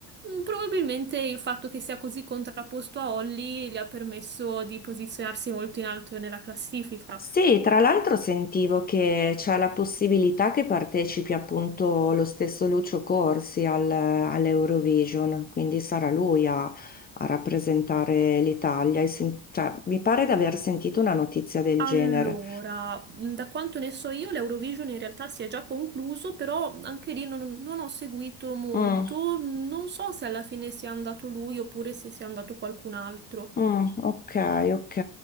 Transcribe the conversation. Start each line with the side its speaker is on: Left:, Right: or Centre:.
Right: Mm, Probabilmente il fatto che sia così contrapposto a Holly gli ha permesso di posizionarsi molto in alto nella classifica.
Left: Sì, tra l'altro sentivo che c'è la possibilità che partecipi appunto lo stesso Lucio Corsi al- all'Eurovision, quindi sarà lui a, a rappresentare l'Italia. E sen- cioè, mi pare di aver sentito una notizia del
Right: Allora,
Left: genere.
Right: mm, da quanto ne so io, l'Eurovision in realtà si è già concluso, però anche lì non, non ho seguito molto.
Left: Mm.
Right: Non so se alla fine sia andato lui oppure se sia andato qualcun altro.
Left: Mm, ok, ok,